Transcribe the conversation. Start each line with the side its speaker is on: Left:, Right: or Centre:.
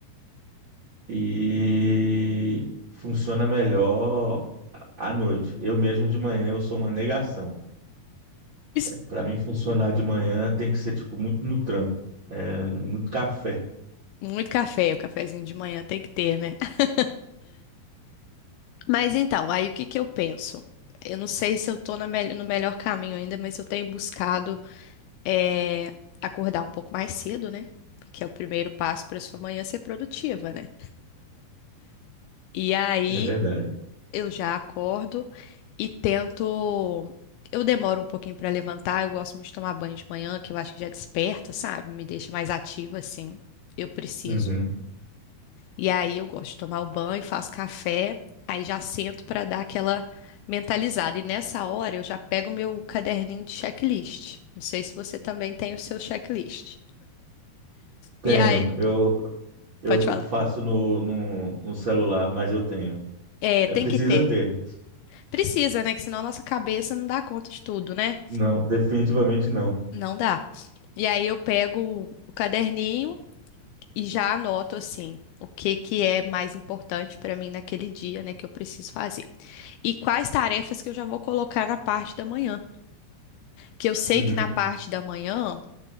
Right: e funciona melhor à à noite. Eu mesmo de manhã eu sou uma negação.
Left: Isso-
Right: Para mim funcionar de manhã tem que ser tipo muito no tranco, é, muito café.
Left: muito café, o cafezinho de manhã tem que ter, né? <laughs> Mas então, aí o que que eu penso? Eu não sei se eu tô na mel- no melhor caminho ainda, mas eu tenho buscado é acordar um pouco mais cedo, né? Que é o primeiro passo para sua manhã ser produtiva, né? E aí
Right: É verdade.
Left: eu já acordo e tento. Eu demoro um pouquinho para levantar, eu gosto muito de tomar banho de manhã, que eu acho que já desperta, sabe? Me deixa mais ativa, assim. Eu preciso.
Right: Uhum.
Left: E aí eu gosto de tomar o banho, faço café, aí já sento para dar aquela mentalizada. E nessa hora eu já pego meu caderninho de checklist. Não sei se você também tem o seu checklist.
Right: Tenho,
Left: E aí,
Right: eu, eu
Left: pode falar.
Right: faço no, no, no celular, mas eu tenho.
Left: É,
Right: É
Left: tem
Right: precisa
Left: que ter.
Right: ter.
Left: Precisa, né? Que senão a nossa cabeça não dá conta de tudo, né?
Right: Não, definitivamente não.
Left: Não dá. E aí eu pego o caderninho e já anoto assim o que que é mais importante para mim naquele dia, né, que eu preciso fazer. E quais tarefas que eu já vou colocar na parte da manhã, que eu sei
Right: Uhum.
Left: que na parte da manhã